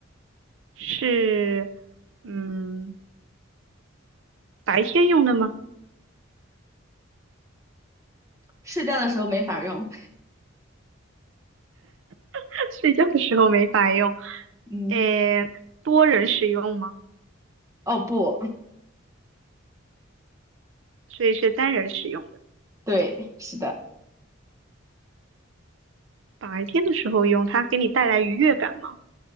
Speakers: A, on the right; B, on the right.
A: 是，嗯，白天用的吗？
B: 睡觉的时候没法用。
A: <laughs> 睡觉的时候没法用。
B: 嗯，
A: 诶，多人使用吗？
B: 哦不，
A: 所以是单人使用的。
B: 对，是的，
A: 白天的时候用，它给你带来愉悦感吗？